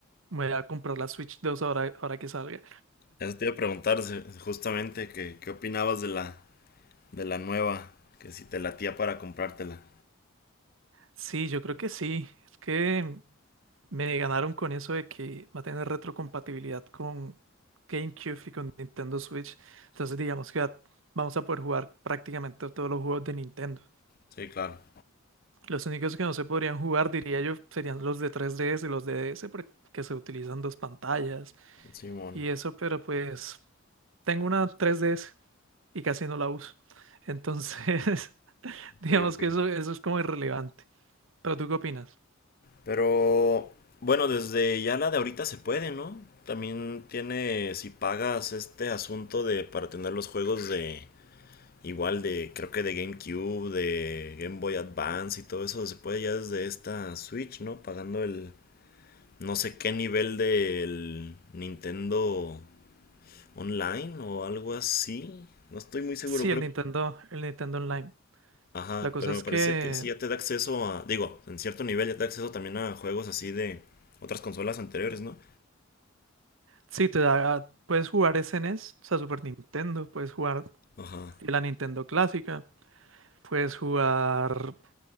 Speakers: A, on the right; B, on the left.
A: me voy a comprar la Switch 2 ahora, ahora que salga.
B: Eso te iba a preguntar se- justamente que, qué opinabas de la, de la nueva, que si te latía para comprártela.
A: Sí, yo creo que sí. Es que me ganaron con eso de que va a tener retrocompatibilidad con GameCube y con Nintendo Switch. Entonces, digamos que va- vamos a poder jugar prácticamente todos los juegos de Nintendo.
B: Sí, claro.
A: Los únicos que no se podrían jugar, diría yo, serían los de 3DS y los de DS, porque se utilizan dos pantallas
B: Simón.
A: y eso, pero pues tengo una 3DS y casi no la uso. Entonces, <laughs>
B: Ok,
A: digamos
B: ok.
A: que eso, eso es como irrelevante. ¿Pero tú qué opinas?
B: Pero, bueno, desde ya la de ahorita se puede, ¿no? También tiene, si pagas este asunto de para tener los juegos de, Igual de, creo que de GameCube, de Game Boy Advance y todo eso se puede ya desde esta Switch, ¿no? Pagando el no sé qué nivel del Nintendo Online o algo así. No estoy muy seguro,
A: Sí,
B: creo.
A: el Nintendo, el Nintendo Online.
B: Ajá,
A: La cosa
B: pero
A: es
B: me parece
A: que
B: que sí ya te da acceso a, digo, en cierto nivel ya te da acceso también a juegos así de otras consolas anteriores, ¿no?
A: sí, te da, puedes jugar SNES, o sea, Super Nintendo, puedes jugar
B: Ajá.
A: la Nintendo clásica, puedes jugar